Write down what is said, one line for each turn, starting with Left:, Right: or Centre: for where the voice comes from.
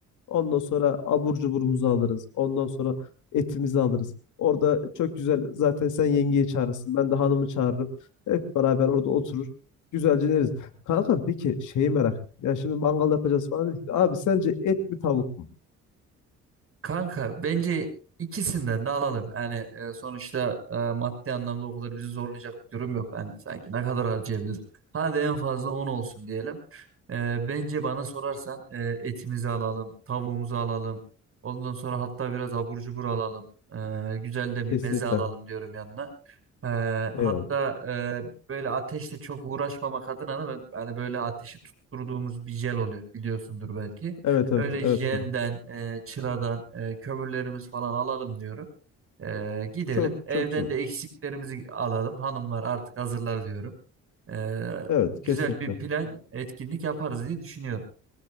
Left: Ondan sonra abur cuburumuzu alırız. Ondan sonra etimizi alırız. Orada çok güzel zaten sen yengeyi çağırırsın. Ben de hanımı çağırırım. Hep beraber orada oturur. Güzelce yeriz. Kanka peki şeyi merak ettim. Ya şimdi mangal yapacağız falan dedik. de, Abi sence et mi tavuk mu?
Right: Kanka bence ikisinden de alalım. Yani e, sonuçta e, maddi anlamda o kadar bizi zorlayacak bir durum yok. Yani sanki ne kadar harcayabiliriz? Hadi en fazla 10 olsun diyelim. E, bence bana sorarsan e, etimizi alalım, tavuğumuzu alalım. Ondan sonra hatta biraz abur cubur alalım. E, güzel de
Left: Kesinlikle.
Right: bir meze alalım diyorum yanına. E, hatta
Left: Eyvallah.
Right: e, böyle ateşle çok uğraşmamak adına da ben- hani böyle ateşi tutturduğumuz bir jel oluyor biliyorsundur belki.
Left: Evet
Right: Öyle
Left: evet evet
Right: jelden,
Left: kanka.
Right: e, çıradan e, kömürlerimiz falan alalım diyorum. E, gidelim.
Left: Çok
Right: Evden
Left: çok güzel olur.
Right: de eksiklerimizi alalım. Hanımlar artık hazırlar diyorum. E,
Left: Evet
Right: güzel
Left: kesinlikle.
Right: bir plan, etkinlik yaparız diye düşünüyorum.